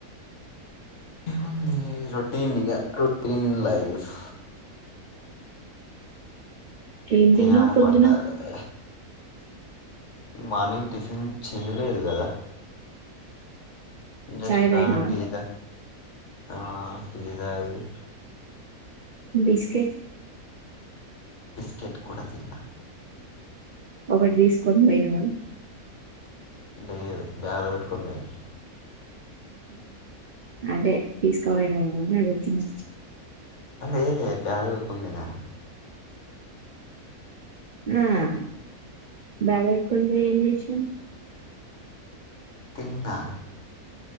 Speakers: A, on the left; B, on the right.
A: ఎముంది రొటీన్ ఇగ రొటీన్ లైఫ్
B: ఏం
A: తినాలే
B: తిన్నవ్ పొద్దున
A: పండాలే మార్నింగ్ టిఫిన్ చెయ్యలేదు కదా జెస్ట్
B: చాయ్
A: కా
B: తాగినవా
A: టీ దే ఆ టీదాగి
B: బిస్కెట్
A: బిస్కెట్ కూడా తిన్నా
B: ఒకటి తీసుకొని బోయినవా
A: లేదు బ్యాగ్లో పెట్టుకుని పోయినా
B: అదే తీసకపోయినవేమో అని అడుగుతున్నా
A: అ లేదే బ్యాగ్లో పెట్టుకుని పోయినా
B: మ్మ్ బ్యాగ్లో వెట్టుకపోయ్ ఏం జేస్నవ్
A: తిన్నా